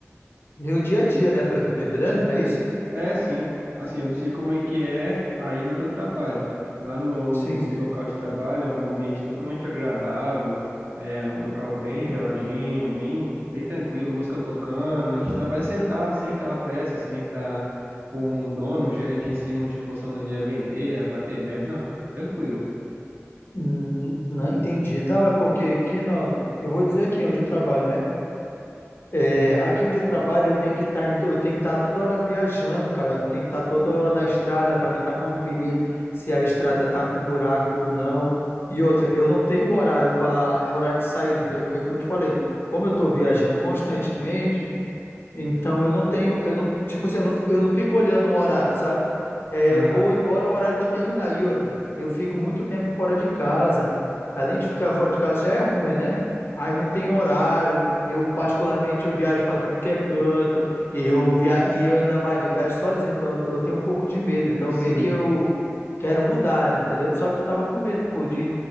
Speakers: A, on the left (about 50°); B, on the right (about 45°).
A: meu dia a dia, né, pelo que eu tô entendendo, é isso?
B: É, sim. Assim, eu não sei como é que é aí no teu trabalho. Lá no meu lo-
A: Sim, sim.
B: local de trabalho é um ambiente totalmente agradável, é um local bem geladinho, bem, bem tranquilo, música tocando. A gente trabalha sentado, sem aquela pressa, sem estar com o dono, o gerente em cima te forçando ali a vender, a bater meta. Não, é tranquilo.
A: Hum, não, entendi. Não, é porque aqui não, eu vou dizer aqui onde eu trabalho, né? É,
B: Uhum.
A: aqui onde eu trabalho, eu tenho que estar, eu tenho que estar toda hora viajando, cara. Eu tenho que estar toda hora na estrada para mim estar conferindo se a estrada tá com buraco ou não. E outra, eu não tenho horário para, é horário de sair, entendeu? Porque como eu te falei, como eu estou viajando constantemente, então eu não tenho, eu não, tipo assim, eu não, eu não fico olhando um horário, sabe? É,
B: Aham.
A: eu vou embora o horário que eu terminar. E outra, eu fico muito tempo fora de casa. Além de ficar fora de casa já é ruim, né? Aí não tem horário. Eu particularmente eu viajo para tudo que é canto. Eu via e eu ainda mais, eu viajo sozinho, então eu eu tenho um pouco de medo. Então meio
B: Sim,
A: que eu quero mudar, entendeu? Só que eu tava com medo, pô, de